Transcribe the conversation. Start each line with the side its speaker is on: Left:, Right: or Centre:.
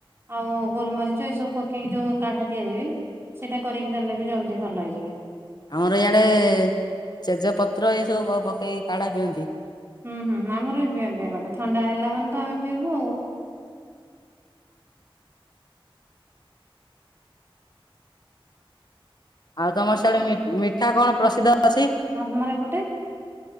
Right: ଆଉ ଗୋଲ ମରିଚ ଏ ସବୁ ପକେଇକି ଯୋଉ କାଢା ତିଆରି ହୁଏ ସେଇଟା କରିକି ଦେଲେ ବି ଜଲ୍ଦି ଭଲ ହେଇଯିବେ।
Left: ଆମର ଇଆଡ଼େ ତେଜ ପତ୍ର ଏ ସବୁ କଁ ପକେଇ କାଢା ପିଅନ୍ତି।
Right: ହୁଁ ହୁଁ ଆମର ବି ପିଅନ୍ତି ଏପଟେ ଥଣ୍ଡା ହେଲା ମାନେ ତ ଆମେ ପିଇବୁ ଆଉ।
Left: ଆଉ ତମର ସିଆଡେ ମି ମିଠା କଣ ପ୍ରସିଦ୍ଧ ଅଛି।
Right: ଆମର ଏପଟେ